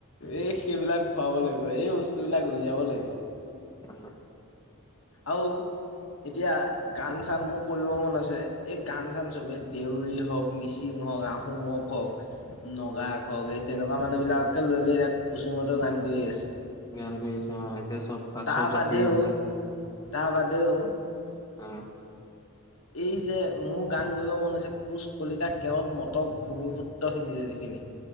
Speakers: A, on the left; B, on the left.
A: এই সেইবিলাক ভৰাব লাগিব এই বস্তুবিলাক উলিয়াব লাগিব।
B: উম <unintelligible>
A: আও এতিয়া গান চান মোৰ কৰিব মন আছে। এ গান চান চবেই দেউৰী হওঁক মিচিং হওঁক আহোমক হওঁক নগাক
B: উম
A: হওঁক এই তেনেকুৱা মানুহ বিলাককে লৈ লৈ ইয়াক কুচুমতেও গান কৰি আছে।
B: গান কৰি আছে অঁ, এতিয়া চব
A: তা'
B: চব
A: বাদেউ
B: জাতি এইবিলাক
A: তা বাদেও।
B: উম।
A: এই যে মোৰ গান কৰিব মন আছে। কোচ, কলিতা, কেওত, মটক ভূমিপুত্ৰ খিনি যে যিখিনি